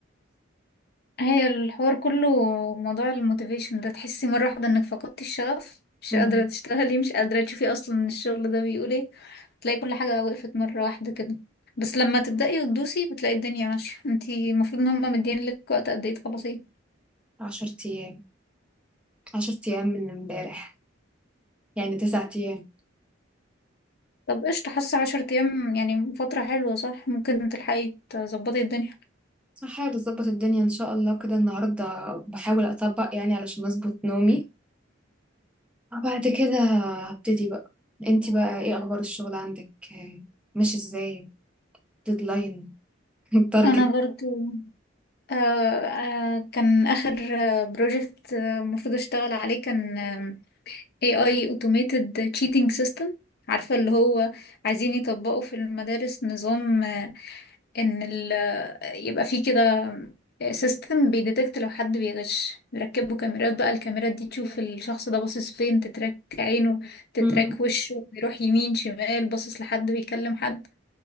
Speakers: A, on the left; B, in the centre.
A: هي الحوار كله موضوع الموتيفيشن ده تحسي مرة واحدة انك فقدتي الشغف مش
B: مم،
A: قادرة تشتغلي مش قادرة تشوفي اصلا الشغل ده بيقول ايه تلاقي كل حاجة وقفت مرة واحدة كده بس لما تبدأي وتدوسي بتلاقي الدنيا ماشية انتي المفروض ان هما مدين لك وقت قد ايه تخلصيه
B: عشرة ايام عشرة ايام من امبارح يعني تسعة أيام
A: طب قشطة حاسة عشر ايام يعني فترة حلوة صح ممكن تلحقي تظبطي الدنيا
B: هحاول أظبط الدنيا إن شاء الله كده النهاردة بحاول أطبق يعني علشان أظبط نومي وبعد كده هبتدي بقى انتي بقى ايه أخبار الشغل عندك آه، ماشي ازاي ديدلاين <laughs> التارجت
A: انا برضو آه آه كان اخر بروجكت المفروض اشتغل عليه كان AI automated cheating system عارفة اللي هو عايزين يطبقوا في المدارس نظام آه، ان ال آه، يبقى فيه كده سيستم بيديتكت لو حد بيغش يركبوا كاميرات بقى الكاميرات دي تشوف الشخص ده باصص فين تتراك عينه تتراك
B: مم.
A: وشه بيروح يمين شمال باصص لحد بيكلم حد